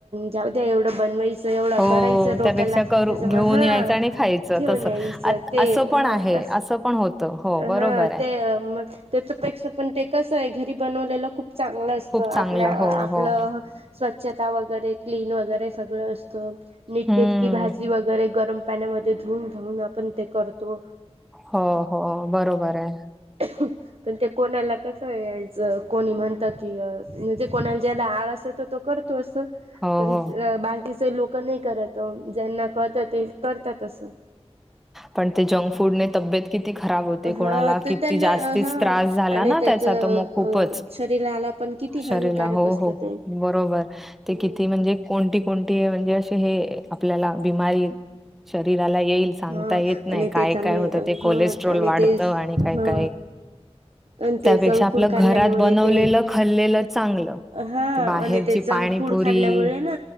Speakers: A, on the right; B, in the centre.
A: जाऊ द्या एवढं बनवायाचं. एवढं
B: हो,
A: करायचं, डोक्याला
B: त्यापेक्षा करू
A: त्याच्या
B: घेऊन
A: हां.
B: यायचं आणि खायचं
A: घेऊन
B: तसं.
A: यायचं
B: आत
A: ते
B: असं पण
A: हा
B: आहे,
A: असं.
B: होतं. हो, बरोबर
A: हा,
B: आहे.
A: ते मग तेच्यापेक्षा पण ते कसाय, घरी बनवलेलं खूप चांगलं असतं.
B: खूप चांगलं.
A: आपल्या
B: हो,
A: आपलं
B: हो.
A: स्वच्छता वगैरे क्लीन वगैरे सगळं असतं. नीटनेटक.
B: हं.
A: की, भाजी वगैरे गरम पाण्यामध्ये धुवून धुऊून आपण ते करतो.
B: हो हो, बरोबर ये.
A: <unintelligible> पण ते कोणाला कसंच यायचं, कोणी म्हणतं की, म्हणजे कोणाला ज्याला आळस येतो. तो करतो असं.
B: हो,
A: पण
B: हो.
A: बाकीचे लोक नाही करत, ज्यांना कळतं ते करतात असं.
B: पण ते जंक फूडने तब्येत किती? खराब होते.
A: हा
B: कोणाला
A: तर
B: किती
A: त्यांना
B: जास्तीच
A: अ, हा
B: त्रास झाला
A: आणि
B: ना,
A: त्याच
B: त्यांचा
A: अ
B: तर मग खूपच.
A: शरीराला पण किती हानिकारक
B: शरीराला हो
A: असतं
B: हो,
A: ते
B: बरोबर. ते
A: हम्म
B: किती म्हणजे, कोणती कोणती म्हणजे, असे हे आपल्याला बिमारी येईल. शरीराला येईल. सांगता
A: हा
B: येत नाही.
A: आणि
B: काय
A: त्याच्यामुळे
B: काय होतं ते कोलेस्ट्रॉल
A: हा आणि
B: वाढतं,
A: ते
B: आणि काय
A: हा
B: काय.
A: आणि
B: त्यापेक्षा
A: ते जंक
B: आपलं
A: फूड खाल्ल्यामुळे
B: घरात बनवलेलं
A: ते
B: खाल्लेलं चांगलं.
A: हा,
B: ते बाहेरची
A: आणि ते जंक
B: पाणीपुरी
A: फूड खाल्ल्यामुळे ना